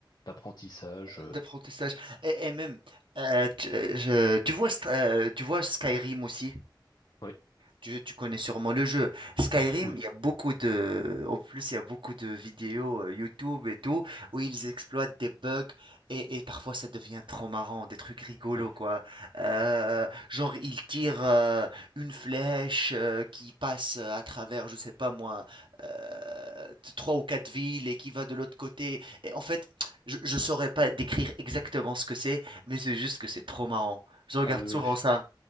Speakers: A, on the left; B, on the right.
A: d'apprentissage. euh.
B: d'apprentissage. Et, et même, euh, tu, euh, je- tu vois, St- euh, tu vois Skyrim aussi?
A: Oui,
B: Tu, tu connais sûrement le jeu. Skyrim,
A: oui,
B: il y a beaucoup de... En plus, il y a beaucoup de vidéos euh, YouTube et tout, où ils exploitent des bugs et, et parfois ça devient trop marrant, des trucs rigolos,
A: oui.
B: quoi. Euh, genre, ils tirent euh, une flèche euh, qui passe à travers, je sais pas moi, euh, trois ou quatre villes et qui va de l'autre côté. Et en fait, je, je saurais pas décrire exactement ce que c'est, mais c'est juste que c'est trop marrant. Je regarde
A: Ah oui,
B: souvent
A: oui, je,
B: ça.